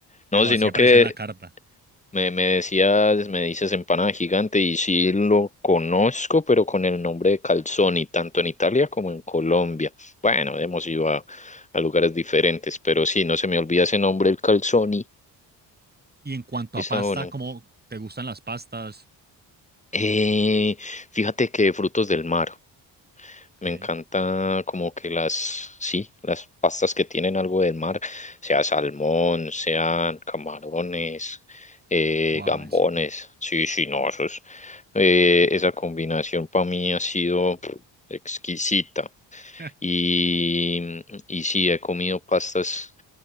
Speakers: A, on the left; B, on the right.
A: no,
B: pero
A: sino
B: así aparecía
A: que
B: en la carta.
A: Me, me decías, me dices empanada gigante y sí lo conozco, pero con el nombre de calzoni, tanto en Italia como en Colombia. Bueno, hemos ido a, a lugares diferentes, pero sí, no se me olvida ese nombre, el calzoni.
B: Y en cuanto
A: Está
B: a pasta,
A: bueno.
B: ¿cómo te gustan las pastas?
A: Eh, fíjate que frutos del mar.
B: Ok,
A: Me encanta como que las, sí, las pastas que tienen algo del mar, sea salmón, sean camarones, eh,
B: suave,
A: gambones.
B: sí.
A: Sí, sí, no, eso es- eh, esa combinación para mí ha sido pff, exquisita.
B: <laughs>
A: Y, y sí, he comido pastas